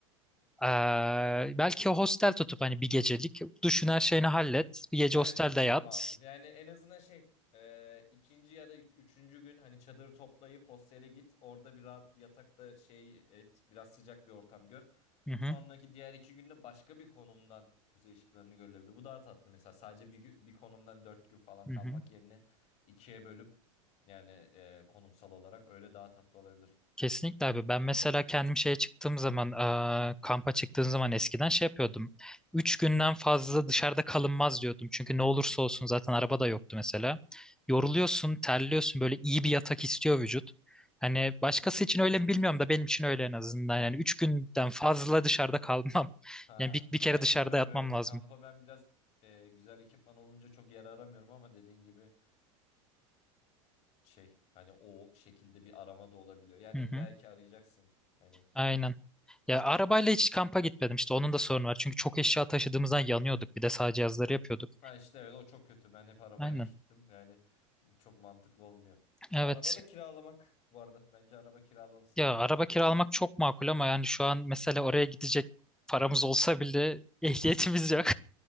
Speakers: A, in the centre; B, on the left.
A: E, belki hostel tutup hani bir gecelik düşün her şeyini hallet. Bir gece
B: Evet,
A: hostelde
B: bu
A: yat.
B: da makul. Yani en azından şey e, ikinci ya da üç- üçüncü gün hani çadırı toplayıp hostele git. Orada bir rahat yatakta şey et. Biraz sıcak bir ortam gör.
A: Hı hı.
B: Sonraki diğer iki günde başka bir konumdan kuzey ışıklarını görülebilir. Bu daha tatlı mesela. Sadece bir, gü- bir konumdan dört gün falan
A: Hı
B: kalmak
A: hı.
B: yerine ikiye bölüp yani e, konumsal olarak öyle daha tatlı olabilir.
A: Kesinlikle abi. Ben mesela kendim şeye çıktığım zaman, eee, kampa çıktığım zaman eskiden şey yapıyordum. Üç günden fazla dışarıda kalınmaz diyordum. Çünkü ne olursa olsun zaten araba da yoktu mesela. Yoruluyorsun, terliyorsun. Böyle iyi bir yatak istiyor vücut. Hani başkası için öyle mi bilmiyorum da benim için öyle en azından. Yani üç günden fazla dışarıda kalmam. <laughs>
B: Ha,
A: Yani bir, bir
B: yani
A: kere dışarıda
B: bilmiyorum
A: yatmam
B: evet.
A: lazım.
B: Kampa ben biraz e, güzel ekipman olunca çok yer aramıyorum ama dediğin gibi şey hani o şekilde bir arama da olabiliyor. Yani
A: Hı
B: illa
A: hı.
B: ki arayacaksın. Hani
A: Aynen. Ya arabayla hiç kampa gitmedim işte onun da sorunu var. Çünkü çok eşya taşıdığımızdan yanıyorduk. Bir de sağ cihazları yapıyorduk.
B: ben işte evet o çok kötü. Ben hep arabayla
A: Aynen.
B: <laughs> gittim. Yani çok mantıklı olmuyor.
A: Evet.
B: Araba da kiralamak bu arada. Bence araba kiralansın.
A: Ya araba kiralamak çok makul ama yani şu an mesela oraya gidecek paramız olsa bile ehliyetimiz yok.